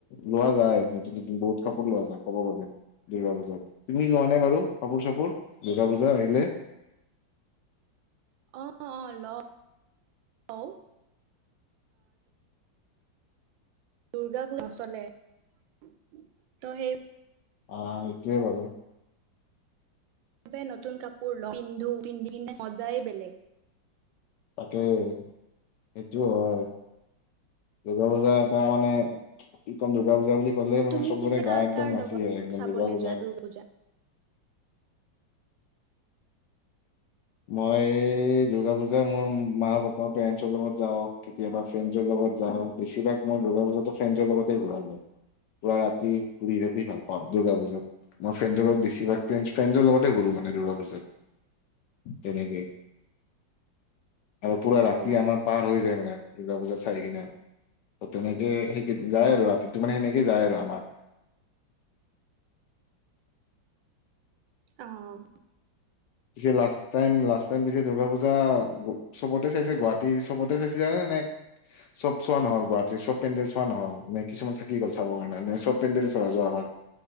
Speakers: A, on the left; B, on the right.
A: লোৱা যায় । নতুন নতুন বহুত কাপোৰ লোৱা যায় কব গলে। দুৰ্গা পূজাত তুমি লোৱা নে বাৰু কাপোৰ চাপোৰ দুূৰ্গা পূজা আহিলে?
B: অ অ ল ঔ অহ দুৰ্গা পু নচলে তো সেই
A: আহ সেইটোৱে বাৰু
B: চবে নতুন কাপোৰ ল, পিন্ধো, পিন্ধিকিনে মজাই বেলেগ।
A: তাকেই সেইটোও হয় দুৰ্গা পূজা এটা মানে, কি ক'ম দুৰ্গা পূজা বুলি গ'লে মানে
B: তুমি
A: চবৰে
B: পিছে
A: গা
B: কাৰ
A: একদম
B: কাৰ
A: নাচি
B: লগত
A: যাই একদম
B: চাবলৈ
A: দুৰ্গা পুজাত।
B: যোৱা দুৰ্গা পূজা?
A: মই-ই দুৰ্গা পূজা মোৰ মা পাপা পেৰেণ্ডছৰ লগত যাওঁ কেতিয়াবা ফ্ৰেণ্ডছৰ লগত যাওঁ। বেছিভাগ মোৰ দূৰ্গা পূজাততো ফ্ৰেণ্ডছৰ লগতে ঘূৰা যাই পুৰা ৰাতি ঘূৰি থাকি ভাল পাও দূৰ্গা পূজাত। মই ফ্ৰেণ্ডৰ লগত বেছিভাগ ফ ফ্ৰেণ্ডছৰ লগতে ঘুৰো মানে দুৰ্গা পূজাত। কেনেকে আৰু পুৰা
B: অ',
A: ৰাতি আমাৰ পাৰ হৈ যায় দুৰ্গা পূজা চাই কিনে অ তেনেকে সেই কেইদিন যায় আৰু দিনটো মানে সেনেকে যায় আৰু আমাৰ।
B: অহ।
A: পিছে লাষ্ট টাইম লাষ্ট টাইম পিছে দূৰ্গা পূজা চবতে চাইছে গুৱাহাটীৰ চবতে চাইছিলা নে চব চোৱা নহল গুৱাহাটীৰ চব পেণ্ডেল চোৱা নহল নে কিছুমান থাকি গল চাবৰ কাৰণে নে চব পেণ্ডেলে চালা যোৱাবাৰ